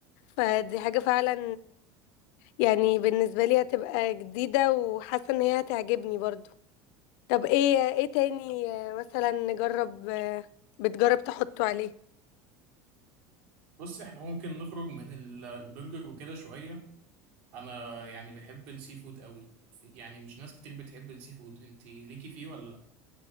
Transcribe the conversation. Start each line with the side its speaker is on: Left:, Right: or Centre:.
Left: فدي حاجة فعلا يعني بالنسبة لي هتبقى جديدة وحاسة ان هي هتعجبني برضو طب ايه ايه تاني آه، مثلا نجرب آه، بتجرب تحطه عليه
Right: بص احنا ممكن نخرج من ال- البرجر وكده شوية انا يعني بحب السي فود قوي يعني مش ناس كتير بتحب السي فود انت ليكي فيه ولا لا